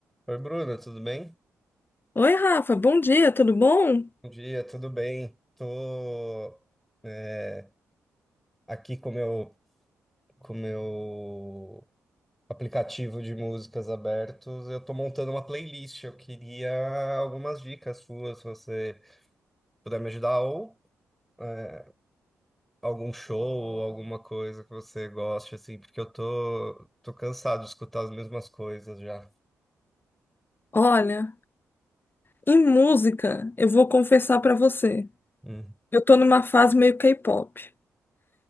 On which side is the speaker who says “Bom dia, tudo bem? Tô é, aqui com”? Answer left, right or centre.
Centre